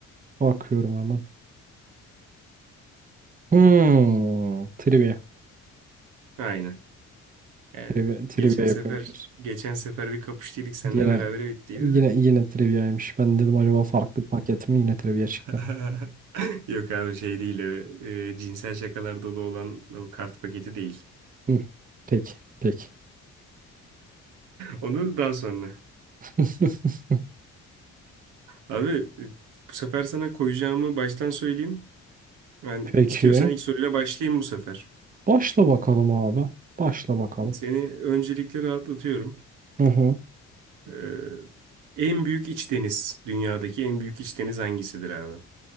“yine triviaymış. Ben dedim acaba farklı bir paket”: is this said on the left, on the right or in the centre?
Right